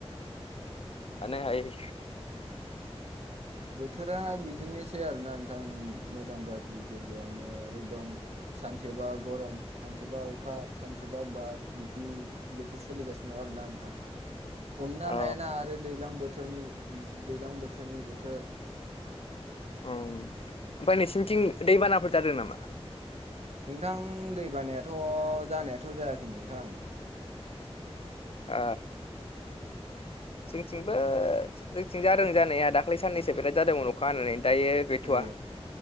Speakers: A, on the left; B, on the right.
A: थानो हायि
B: बोथोरा बिदिनोसै आरोना नोंथां मोजां गाज्रि गेजेरावनो एकदम सानसेबा गरम सानसेबा अखा सानसेबा बार बिदि बोथोर सोलिगासिनो आरो ना नोंथां हमनो
A: औ
B: हायाना आरो दैलां बोथनि दैलां बोथोरनि बोथोर
A: औ ओमफ्राय नोंसिंनिथिं दैबानाफोर जादों नामा?
B: नोंथां दै बानायाथ' जानायाथ' जायाखै नोंथां
A: ओ जोंथिंबो जोंथिं जादों जानाया दाख्लै साननैसो बिराद जादोंमोन अखा हानानै दायो गैथ'वा
B: अ